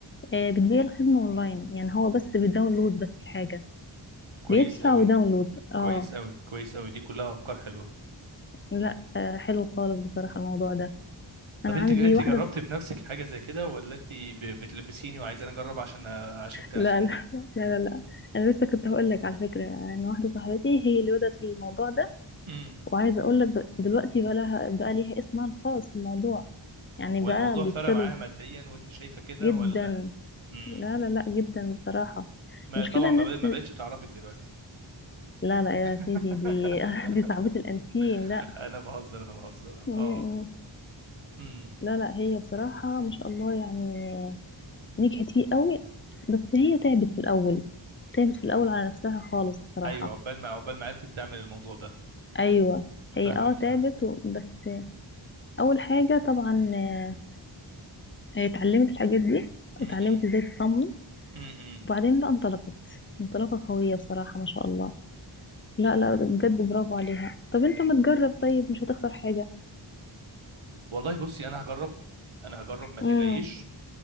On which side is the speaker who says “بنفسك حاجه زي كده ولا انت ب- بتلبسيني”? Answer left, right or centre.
Right